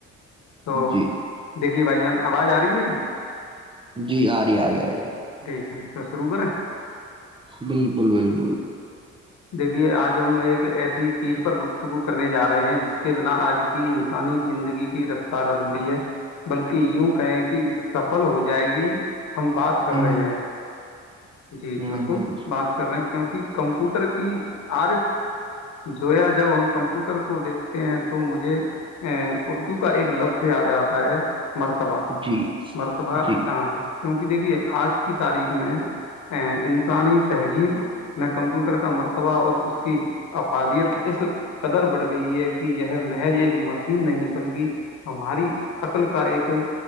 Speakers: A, on the left; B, on the right.
A: تو
B: جی
A: دیکھیے بھائی جان آواز آ رہی ہے میری
B: جی آ رہی آ رہی آ رہی
A: ٹھیک ہے تو شروع کریں
B: بالکل بالکل
A: دیکھیے آج ہم ایک ایسی چیز پر گفتگو کرنے جا رہے ہیں جس کے بنا آج کی انسانی زندگی کی رف سارا دوری ہے بلکہ یوں کہیں کہ سفل ہو جائے گی ہم بات کر
B: ہوں
A: رہے ہیں جی
B: ہوں
A: بالکل
B: ہوں
A: بات کر رہے ہیں کیونکہ <unintelligible> کمپوٹر کی عارف جویا جب ہم کمپیوٹر کو دیکھتے ہیں تو مجھے ا اردو کا ایک لفظ یاد آتا ہے مرتب
B: جی
A: مرتب
B: جی
A: کیونکہ دیکھیے آج کی تاریخ میں ا انسانی تہذیب میں کمپیوٹر کا مرتبہ اور اس کی افادیت اس قدر بڑھ گئی ہے کہ یہ محض ایک مشین نہیں بلکہ ہماری عقل کا ایک